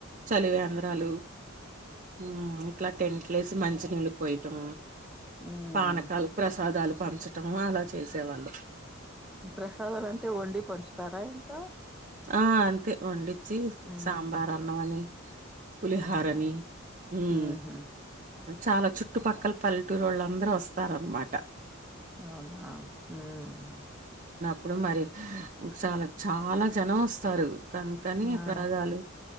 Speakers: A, on the right (about 40°); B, in the centre.
A: చలివేంద్రాలు, ఉమ్, ఇట్లా టెంట్ లేసి, మంచి నీళ్ళు పోయటం.
B: ఉమ్
A: పానకాల్, ప్రసాదాలు పంచటము అలా చేసేవాళ్ళు.
B: ప్రసాదాలాంటే, వండి పంచుతారా ఇంకా.
A: ఆ అంతే వండిచ్చి,
B: ఉమ్
A: సాంబార్ అన్నం అని, పులిహారని
B: అవునా
A: ఉమ్.
B: ఉహు
A: చాలా చుట్టుపక్కల పల్లెటూర్ వాళ్ళఅందరు వస్తారనమాట.
B: అవునా ఉమ్మ్.
A: ఇప్పుడు మరి చాలా, చాలా జనం ఓస్తారు. కన్ కనీ
B: ఆ
A: ప్రదాలు,